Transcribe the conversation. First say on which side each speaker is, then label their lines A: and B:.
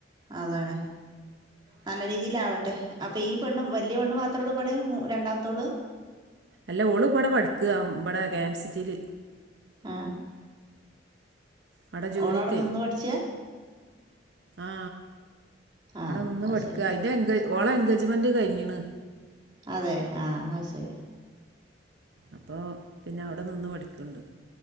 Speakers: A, on the right; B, on the right.
A: അതാണ് നല്ല രീതിലാവട്ടെ അപ്പൊ ഈ പെണ്ണും വലിയ പെണ്ണ് മാത്രേള്ളൂ ഇബടെ മൂ രണ്ടാമത്തോള്
B: അല്ല ഓള് ഇബടെ പഠിക്കാ ഇബടെ കെ എം സിറ്റീല്.
A: ആ
B: അവിടെ ജോലിക്കേ
A: ഓളവിടെ നിന്ന് പഠിച്ചാ
B: ആ
A: ആ
B: ആടെ നിന്ന്
A: അത്
B: പഠിക്ക
A: ശരി
B: അയിന്റെ എങ്കേ ഓളെ എൻഗേജ്മെന്റ് കയിഞ്ഞീണ്.
A: അതെ ആ അത് ശരി.
B: അപ്പോ പിന്നെ അവിടെ നിന്ന് പഠിക്ക്ണ്ട്.